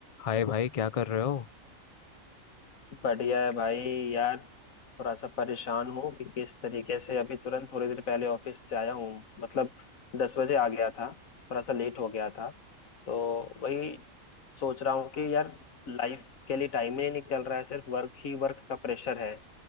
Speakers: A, on the left; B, on the left.
A: हाय भाई क्या कर रहे हो
B: बढ़िया है भाई यार थोड़ा सा परेशान हूँ कि किस तरीके से अभी तुरंत थोड़ी देर पहले ऑफिस से आया हूँ मतलब दस बजे आ गया था थोड़ा सा लेट हो गया था तो वही सोच रहा हूँ कि यार लाइफ के लिए टाइम ही नहीं निकल रहा है सिर्फ वर्क ही वर्क का प्रेशर है